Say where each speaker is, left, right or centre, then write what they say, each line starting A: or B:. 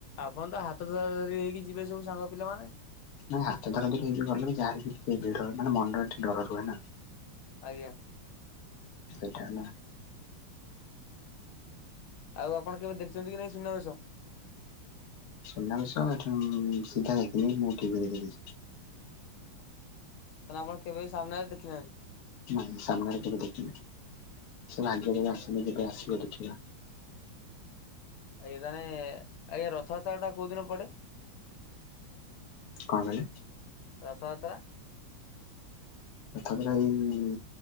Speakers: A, on the left; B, on the left.
A: ଆପଣ ତ ହାତ ଧରା ଧରି ହେଇକି ଯିବେ ସବୁ ସାଙ୍ଗ ପିଲାମାନେ।
B: ନାଇଁ ହାତ ଧରା ଧରି ହେଇହି ଗଲେ ବି ଯାହାଲେ ବି ଟିକି ଭିଡ଼ ରୁହେ ନା ମନରେ ଟିକେ ଡର ରୁହେ ନା।
A: ଆଜ୍ଞା।
B: ସେଇଟା ହେଲା।
A: ଆଉ ଆପଣ କେବେ ଦେଖିଛନ୍ତି କି ନାଇଁ ସୁନାବେଶ?
B: ସୁନାବେଶ ଏଠି ସିଧା ଦେଖିନି ମୁଁ ଟିଭି ରେ ଦେଖିଛି।
A: ତ ଆପଣ କେବେ ବି ସାମ୍ନାରେ ଦେଖିନାହାନ୍ତି?
B: ନାଁ ସାମନାରେ କେବେ ଦେଖି ନି। ସେ ଭାଗ୍ୟ ମୋର ଆସିନି କେବେ ଆସିବ ଦେଖିବା।
A: ଆଜ୍ଞା ତାହେନେ ଆଜ୍ଞା ରଥଯାତ୍ରା ଟା କୋଉଁ ଦିନପଡ଼େ।
B: କଣ କହିଲେ।
A: ରଥ ଯାତ୍ରା।
B: ରଥଯାତ୍ରା ଏଇ